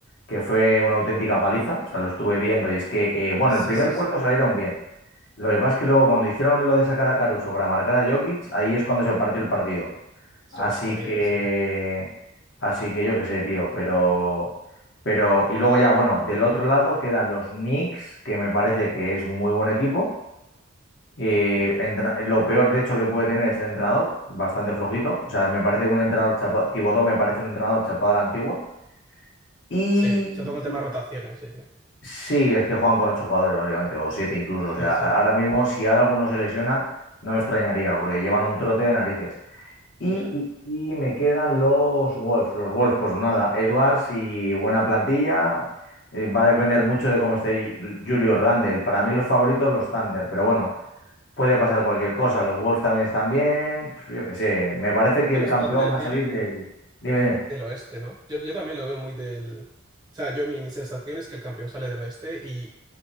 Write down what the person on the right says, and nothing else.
sí,
sí,
sí.
Se
los comieron,
sí.
Mm,
Sí, se toca el
tema de rotaciones, sí, sí.
Sí,
sí.
<laughs>
que
los
Thunder
tienen
del oeste, ¿no? Yo, yo también lo veo muy del... O sea, yo mi, mi sensación es que el campeón sale del oeste y,